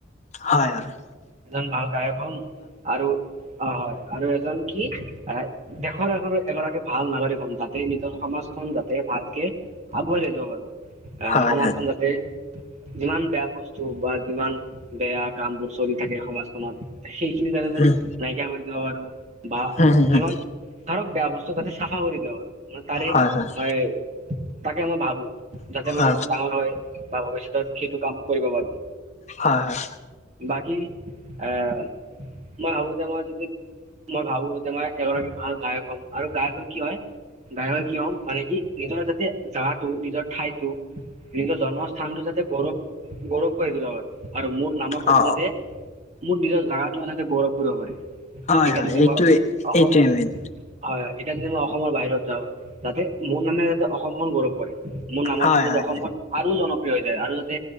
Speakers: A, on the left (about 35°); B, on the right (about 35°).
A: হয় হয়
B: একদম ভাল গায়ক হম আৰু। অ হয় আৰু এজন কি এ দেশৰ এগৰাকী ভাল নাগৰিক সন্তান যাতে নিজৰ সমাজখন যাতে ভালকে আগুৱাই লৈ যাব পাৰো। আহ
A: হয়
B: সমাজখন
A: হয়
B: যাতে যিমান বেয়া বস্তু বা যিমান বেয়া কাম বোৰ চলি থাকে সমাজখনত সেইখিনি যাতে
A: উম
B: নাইকিয়া কৰি দিব পাৰো বা
A: হম হম হম
B: যিমান ধৰক বেয়া বস্তু তাতে চাফা কৰি দিব পাৰো। ম তাৰে
A: হয় হয়
B: মই তাকে মই ভাবো যাতে মই
A: অ
B: ডাঙৰ হয়। বা ভৱিষ্যত সেইটো কাম কৰিব বাৰু।
A: হয় হয়।
B: বাকী আহ মই ভাবো যে মোৰ যদি মই ভাবো যে মই এগৰাকী ভাল গায়ক হ'ম। আৰু গায়কৰ কি হয় ডাঙৰ হৈ কি হম মানে কি নিজৰ যাতে জাগাটো নিজৰ ঠাইতটো নিজৰ জন্মস্থানটো যাতে গৌৰৱ। গৌৰৱ কৰি দিলো হয়। আৰু মোৰ নামৰ সৈতে
A: অ
B: যাতে মোৰ নিজৰ জাগাটো যাতে গৌৰৱ কৰিব পাৰে। এতিয়া
A: হয় হয়
B: যদি
A: এইটোৱে
B: মই অসমত
A: এইটোৱে
B: হয়
A: মেইন
B: হয় এতিয়া যদি মই অসমৰ বাহিৰত যাওঁ যাতে মোৰ নামে যাতে অসমখন গৌৰৱ কৰে। মোৰ নামৰ
A: হয়
B: ক্ষতে
A: হয়
B: অসমখন আৰু জনপ্ৰিয় হৈ যায় আৰু যাতে।